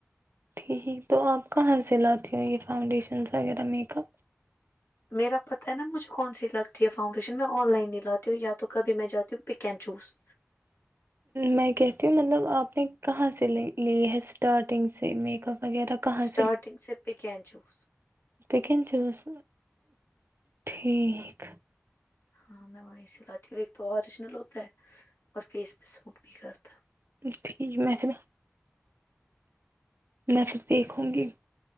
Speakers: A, on the right; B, on the left.
A: ٹھیک تو آپ کہاں سے لاتی ہو یہ فاؤنڈیشنس وغیرہ میک اپ
B: میرا پتاہ ہے نا مجھے کون سی لگتی ہے فاؤنڈیشن میں آن لائن نہیں لاتی ہوں یا تو کبھی میں جاتی ہوں پک اینڈ چوز
A: میں کہتی ہوں مطلب آپ نے کہاں سے لی ہے اسٹارٹنگ سے میک اپ وغیرہ کہاں
B: اسٹارٹنگ سے پکین چوس
A: بکن چس تو ٹھیک
B: ہاں میں وہیں سے لاتی ہوں ایک تو اوریجنل ہو اور فیس پہ سوٹ بھی کرتا
A: ٹھیک میں پھر میں پھر دیکھوں گی